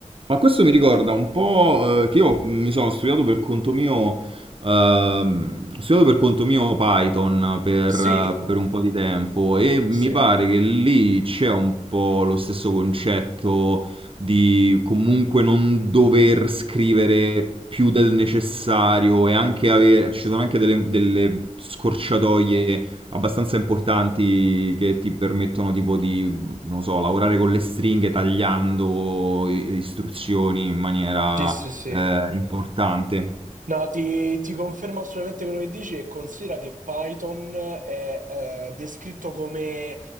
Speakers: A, on the right; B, on the right.
A: Ma questo mi ricorda un po' eh, che io mi sono studiato per conto mio Ehm, ho studiato per conto mio Python per,
B: Sì,
A: per un po' di tempo e mi
B: sì.
A: pare che lì c'è un po' lo stesso concetto di comunque non dover scrivere più del necessario e anche avere, ci sono anche delle, delle scorciatoie abbastanza importanti che ti permettono tipo di, non lo so, lavorare con le stringhe tagliando i- istruzioni in maniera
B: Sì, sì, sì.
A: eh, importante.
B: No, ti, ti confermo assolutamente quello che dici e considera che Python è eh, descritto come